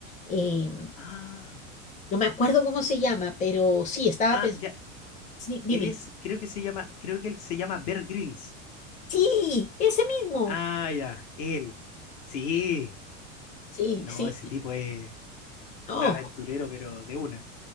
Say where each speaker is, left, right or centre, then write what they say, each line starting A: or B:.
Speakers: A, on the left; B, on the left.
A: Eh,
B: Ah,
A: No me acuerdo cómo se llama, pero sí, estaba
B: ah,
A: pensando.
B: ya.
A: Sí, dime.
B: Él es, creo que se llama, creo que él se llama Bear Grylls.
A: Sí, ese mismo.
B: Ah, ya, él. Sí.
A: Sí,
B: No,
A: sí.
B: ese tipo es
A: No,
B: un aventurero, pero de una.